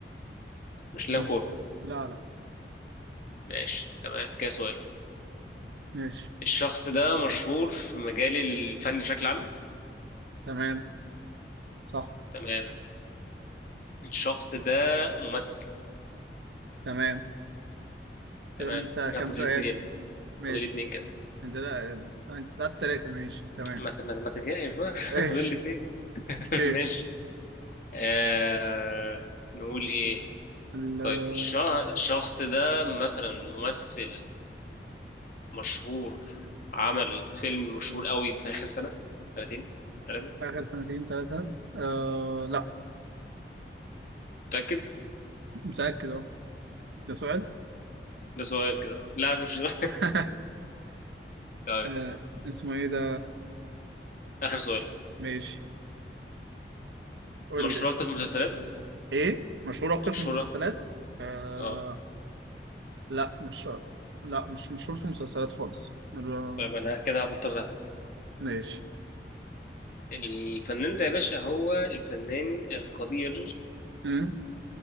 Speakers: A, on the left; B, on the right.
A: <laughs> مش لاعب
B: ماشي
A: كورة
B: لا لا
A: ماشي تمام كده سؤال
B: ماشي
A: الشخص ده مشهور في مجال الفن بشكل عام
B: تمام صح
A: تمام الشخص ده ممثل
B: تمام
A: تمام
B: كده انت
A: كده
B: كام
A: فاضل
B: سؤال
A: اتنين
B: ماشي
A: فاضل اتنين كده
B: انت لا آه، انت سألت تلاتة ماشي تمام
A: ما ت- ما ت- ما تضايقش بقى <laughs>
B: <laughs> ماشي
A: فاضل اتنين <laughs>
B: اوكي
A: ماشي أه... نقول ايه
B: ال- آه،
A: طيب الش- الشخص ده مثلا ممثل مشهور عمل فيلم مشهور قوي في آخر سنة سنتين ثلاثة
B: اخر سنتين تلاتة آه لا
A: متأكد
B: متأكد اه ده سؤال
A: ده سؤال كده لا ده مش سؤال
B: <laughs>
A: <laughs> طيب
B: آه اسمه ايه ده
A: آخر سؤال
B: ماشي قول
A: مشهورة
B: لي
A: أكتر في المسلسلات
B: ايه مشهور اكتر
A: مشهورة
B: في المسلسلات آه
A: اه
B: لا مش شرط لا مش مشهور في مسلسلات خالص مر-
A: طيب أنا كده هبطل رابط
B: ماشي
A: الفنان ده يا باشا هو الفنان القدير
B: مم.